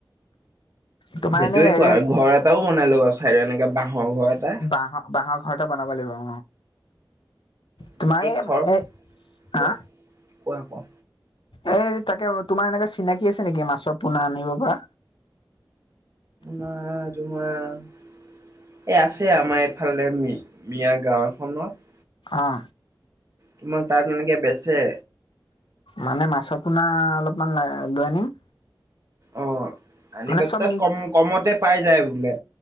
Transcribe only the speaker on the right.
সেইটোয়ে
কৰা ঘৰ এটাও বনাই ল'বাচোন। চাইডত এনেকে বাঁহৰ ঘৰ এটা।
বাকী
খৰ
কোৱা কোৱা কোৱা।
নাই তোমাৰ। এই আছে, আমাৰ এইফালে মিয়া গাঁও এখনত।
তোমাৰ তাত এনেকে বেচে।
অ', আনিবা
তাত
কম-কমতে পাই যায় বোলে।